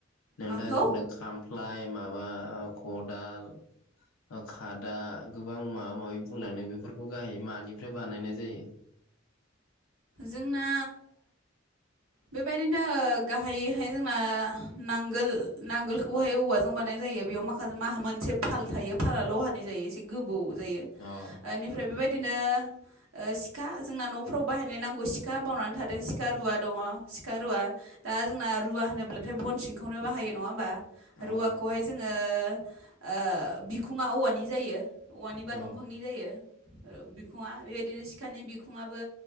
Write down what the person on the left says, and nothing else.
नोंथाङा
जोंनो खामफ्लाय माबा ओ खदाल ओ खादा गोबां माबा माबि बुंनानै बेफोरखौ गाहायै मानिफ्राय बानायनाय जायो
औ
औ
औ